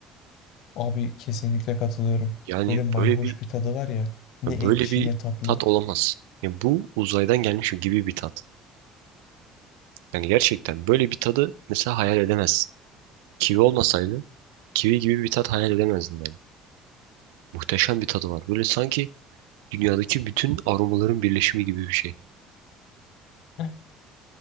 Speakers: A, on the left; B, on the right.
A: Abi kesinlikle katılıyorum.
B: Yani
A: Böyle mayhoş
B: böyle bir
A: bir tadı var ya. Ne
B: böyle
A: ekşi
B: bir
A: ne tatlı.
B: tat olamaz. Ya bu uzaydan gelmiş gibi bir tat. Yani gerçekten böyle bir tadı mesela hayal edemez. Kivi olmasaydı kivi gibi bir tat hayal edemezdim yani. Muhteşem bir tadı var. Böyle sanki dünyadaki bütün aromaların birleşimi gibi bir şey.
A: Heh,